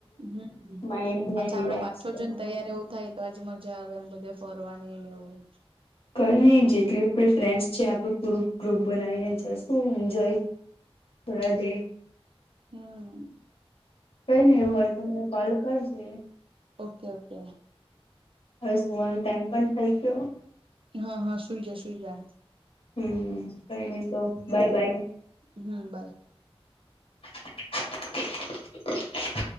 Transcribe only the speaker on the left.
માઇન્ડને
રિલેક્સ
કરવા
માટે
કઈ નહી જેટલી ફ્રેન્ડ્સ છે આપણું પૂરું ગ્રુપ બનાવીને જશું એન્જોય થોડા દે
કઈ નઈ એવું હોય તો મને કોલ કરજે
હવે સુવાનો ટાઈમ પણ થઇ ગયો
હમ બાય મિત્રો બાય બાય
<inaudible>